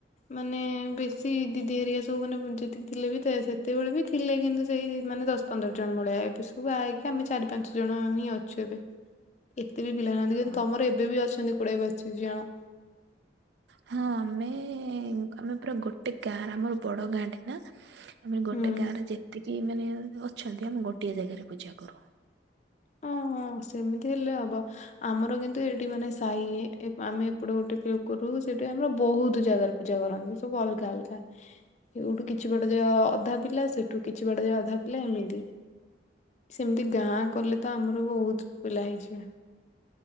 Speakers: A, on the left (about 40°); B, on the right (about 65°).
A: ମାନେ ବି ସିଏ ଦିଦି ହେରିଆ ସବୁ ମାନେ ଯେତିକି ଥିଲେ ବି ତ ସେ ତେବେଳେ ବି ଥିଲେ କିନ୍ତୁ ସେଇ ମାନେ ଦଶ ପନ୍ଦର ଜଣ ଭଳିଆ ଏବେ ସବୁ ଆ ଆମେ ଚାରି ପାଞ୍ଚ ଜଣ ହିଁ ଅଛୁ, ଏବେ ଏତେ ବି ପିଲା ନାହାନ୍ତି। କିନ୍ତୁ
B: ହଁ
A: ତମର ଏବେ ବି ଅଛନ୍ତି କୋଡ଼ିଏ ପ <unintelligible>
B: ହଁ ଆମେ, ଆମେ ପୁରା ଗୋଟେ ଗାଁ ଆମର ବଡ ଗାଁଟେ ନା। ଆମେ ଗୋଟେ
A: ହୁଁ।
B: ଗାଁ ରେ ଯେତିକି ମାନେ ଅଛନ୍ତି। ଆମେ ଗୋଟିଏ ଜାଗାରେ ପୂଜା କରୁ।
A: ହଁ ସେମିତି ହେଲେ ହବ। ଆମର କିନ୍ତୁ ଏଇଠି ମାନେ ସାହି ଆମେ ଏପଟେ ଗୋଟେ ପିଏଫ କରୁ ସେଠି ଆମର ବୋହୁତ ଜାଗା। ପୂଜା କରନ୍ତି ସବୁ ଅଲଗା ଅଲଗା। ଏଇଉଠୁ କିଛି ବାଟ ଯାଏ ଅଧା ପିଲା ସେଠୁ କିଛି ବାଟ ଯାଏ ଅଧା ପିଲା ଏମିତି। ସେମିତି ଗାଁ କଲେ ତ ଆମର ବୋହୁତ ପିଲା ହେଇଯିବେ।